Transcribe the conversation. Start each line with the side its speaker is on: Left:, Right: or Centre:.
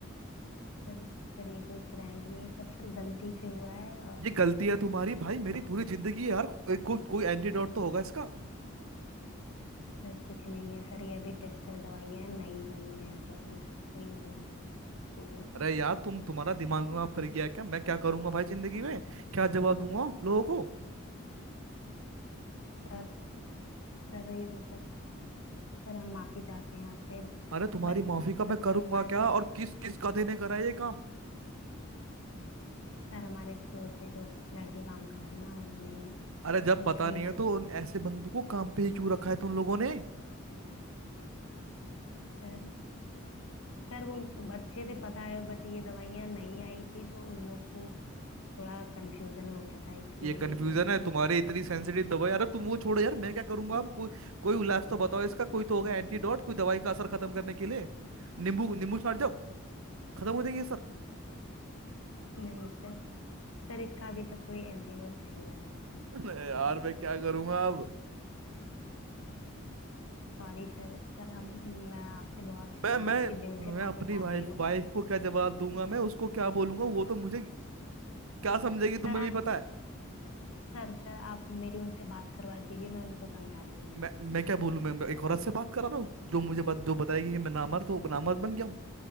Left: सर सर ये कोई प्रैंक नहीं है सर सर गलती से हुआ है और
Right: ये गलती
Left: सर
Right: है तुम्हारी भाई मेरी पूरी जिंदगी है यार एक को, कोई एंटीडोट तो होगा इसका
Left: सर कुछ नहीं है सर ये अभी टेस्टर दवाइयाँ नई बनी हैं तो अभी इसका कोई वो नहीं है तोड़
Right: अरे यार तुम तुम्हारा दिमाग में फिर गया है क्या मैं क्या करूंगा भाई जिंदगी में क्या जवाब दूंगा लोगों को
Left: सर सर ये मतलब सर हम माफी चाहते हैं आपसे
Right: अरे तुम्हारी
Left: बट
Right: माफी का
Left: गलती
Right: मैं करूंगा
Left: हमारी
Right: क्या
Left: है
Right: और किस किस गधे ने करा ये काम
Left: सर हमारे स्टोर पे जो लड़के काम करते हैं ना उन्होंने ही
Right: अरे जब
Left: उनसे
Right: पता नहीं
Left: ही
Right: है
Left: गलती
Right: तो उन ऐसे बंदों को काम पे ही क्यों रखा है तुम लोगों ने
Left: है। सर सर उन अच्छे से पता है बट ये दवाइयाँ नहीं आई थी तो उन लोग को थोड़ा कंफ्यूजन हो गया था इसलिए
Right: ये कंफ्यूजन
Left: ये गलती
Right: है तुम्हारे
Left: हो गई
Right: इतनी
Left: सर
Right: सेंसिटिव दवाई अरे तुम वो छोड़ो यार मैं क्या करूंगा अब कोई कोई इलाज तो बताओ इसका कोई तो होगा एंटीडोट कोई दवाई का असर खत्म करने के लिए नींबू नींबू छाट जाओ खत्म हो जाएगी सर
Left: नहीं सर सर इसका अभी तक कोई एंटीडोट नहीं बना है सर
Right: <laughs> यार मैं क्या करूंगा अब
Left: Sorry sir सर हम मैं आपसे बहुत
Right: मैं
Left: माफी
Right: मैं
Left: दिल से
Right: मैं
Left: माफी
Right: अपनी
Left: चाहती
Right: वाइफ
Left: हूँ
Right: वाइफ को क्या जवाब दूंगा मैं उसको क्या बोलूंगा वो तो मुझे क्या समझेगी तुम्हें
Left: सर आप
Right: भी पता है
Left: सर सर आप मेरी उनसे बात करवा दीजिए मैं उनको समझा दूंगी
Right: मैं मैं क्या बोलूं मैं, मैं एक औरत से बात करा रहा हूँ जो मुझे बात जो बताएगी कि मैं नामर्द हूँ नामर्द बन गया हूँ